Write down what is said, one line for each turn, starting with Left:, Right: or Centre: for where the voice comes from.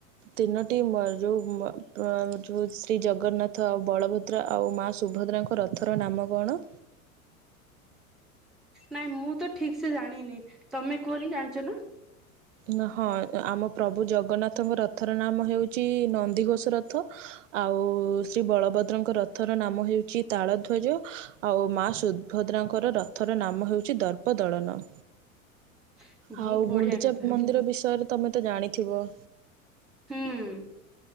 Right: ତିନୋଟି ମ ଯୋଉ ମ-ମ ଯୋଉ ଶ୍ରୀଜଗନ୍ନାଥ ଆଉ ବଳଭଦ୍ ଦ୍ର ଆଉ ମା ସୁଭଦ୍ରାଙ୍କ ରଥର ନାମ କଣ?
Centre: ନାଇଁ ମୁଁ ତ ଠିକସେ ଜାଣିନି, ତମେ କୁହନି ଜାଣିଛ ନା?
Right: ନା ହଁ, ଆମ ପ୍ରଭୁ ଜଗନ୍ନାଥଙ୍କ ରଥର ନାମ ହେଉଛି ନନ୍ଦିଘୋଷ ରଥ ଆଉ ଶ୍ରୀବଳଭଦ୍ରଙ୍କ ରଥର ନାମ ହେଉଛି ତାଳଧ୍ୱଜ ଆଉ ମା ସୁଦଭଦ୍ରାଙ୍କର ରଥର ନାମ ହେଉଛି ଦର୍ପଦଳନ।
Centre: <inaudible> ବହୁତ
Right: ଆଉ
Centre: ବଢିଆ
Right: ଗୁଣ୍ଡିଚା
Centre: କଥା।
Right: ମନ୍ଦିର ବିଷୟରେ ତମେ ତ ଜାଣିଥିବ?
Centre: ହୁଁ।